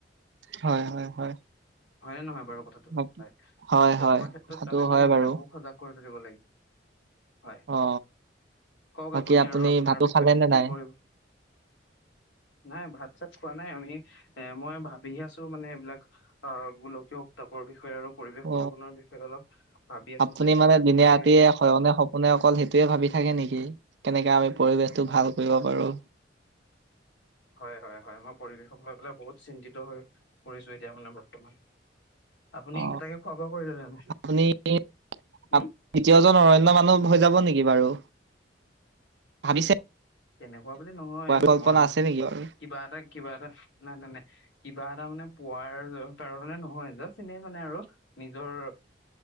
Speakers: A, on the right; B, on the left.
A: হয় হয় হয়।
B: হয়নে নহয়। বাৰু কথাটো।
A: বাকী হয়
B: অ তেনেকুৱা
A: হয়
B: ক্ষেত্ৰত
A: কথাটো
B: আমি মানে
A: হয়
B: বেলেগকো
A: বাৰু
B: সজাগ কৰি তো লাগিব। হয়
A: অ
B: কওক
A: বাকী
B: আপুনি আৰু আপোনাৰ
A: ভাতো
B: বিষয়ে
A: খালে নে
B: কি
A: নাই
B: কৰিব নাই ভাত চাত খোৱা নাই আমি এ মই ভাবি আছো মানে এইবিলাক আহ গোলকীয় উত্তাপৰ বি বিষয়ে আৰু পৰিৱেশ
A: অ
B: প্ৰদূষণৰ বিষয়ে অলপ ভাবি আছো
A: আপুনি
B: যে সেইটো
A: মানে
B: কাৰণে
A: দিনে ৰাতিয়ে
B: ইমান
A: হয়নে সপোনে অকল সেইটোয়ে ভাবি থাকে নেকি! কেনেকে আমি পৰিৱেশটো ভাল কৰিব পাৰো।
B: হয় হয় হয় মই পৰিৱেশক লৈ পেলাই বহুত চিন্তিত হৈ পৰিছো এতিয়া মানে <unintelligible> আপুনি
A: অ
B: তাকে খোৱা বোৱা কৰিলে নে নাই?
A: আপুনি দ্বিতীয়জন
B: উম,
A: অৰণ্যয় মানুহ হৈ যাব নেকি বাৰু ভাবিছে
B: ধন্যবাদ কোৱা বুলি নহয়
A: কল্পনা
B: মৰণ
A: আছে নেকি বাৰু
B: কিবা এটা কিবা এটা নাই নাই নাই কিবা এটা মানে পোৱাৰ কাৰণে নহয় জাষ্ট এনেই মানে আৰু নিজৰ